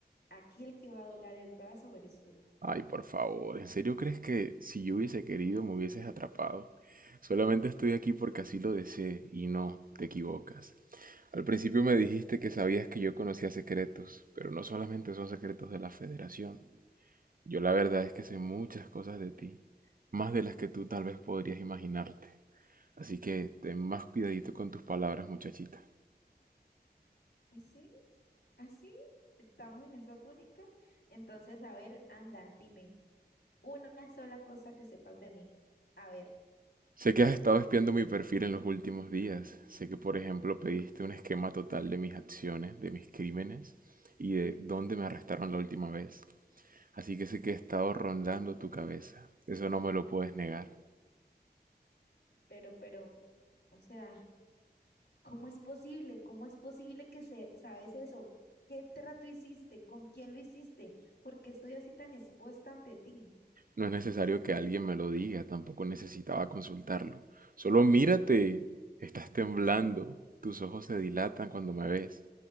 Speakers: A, on the left; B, on the right.
A: Aquí el que va a doblar el brazo eres tú.
B: Ay, por favor, ¿en serio crees que si yo hubiese querido me hubieses atrapado? Solamente estoy aquí porque así lo deseé y no, te equivocas. Al principio me dijiste que sabías que yo conocía secretos, pero no solamente son secretos de la Federación. Yo la verdad es que sé muchas cosas de ti, más de las que tú tal vez podrías imaginarte. Así que ten más cuidadito con tus palabras, muchachita.
A: Pues sí, así estamos en esa tónica. Entonces, a ver, anda, dime. Una sola cosa que sepas de mí. A ver,
B: Sé que has estado espiando mi perfil en los últimos días. Sé que, por ejemplo, pediste un esquema total de mis acciones, de mis crímenes y de dónde me arrestaron la última vez. Así que sé que he estado rondando tu cabeza. Eso no me lo puedes negar.
A: pero, pero, o sea, ¿cómo es posible? ¿Cómo es posible que se, sabes eso? ¿Qué trato hiciste? ¿Con quién lo hiciste? ¿Por qué estoy así tan expuesta ante ti?
B: No es necesario que alguien me lo diga, tampoco necesitaba consultarlo. Solo mírate. Estás temblando. Tus ojos se dilatan cuando me ves.